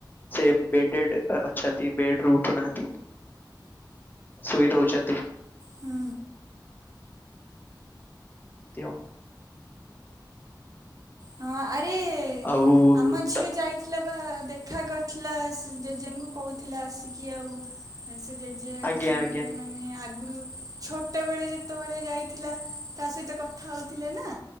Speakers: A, on the left; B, on the right.
A: ସେ ବେଡେଡ ଅଛନ୍ତି ବେଡରୁ ଉଠୁନାହାନ୍ତି। ଶୋଇ ଦଉଛନ୍ତି।
B: ହୁଁ।
A: ତି ଆଉ।
B: ହଁ ଆରେ
A: ଆଉ
B: ଆମ ଝିଅ
A: ତା-
B: ଯାଇ ଥିଲା ବା ଦେଖା କରିଥିଲା ଜେଜେଙ୍କୁ କହୁଥିଲା ଆସିକି ଆଉ ସେ ଯେ
A: ଆଜ୍ଞା
B: ସେମିତି
A: ଆଜ୍ଞା
B: ମାନେ ଆଗରୁ ଛୋଟବେଳେ ଯେତେବେଳେ ଯାଇଥିଲା ତା ସହିତ କଥା ହଉଥିଲେ ନା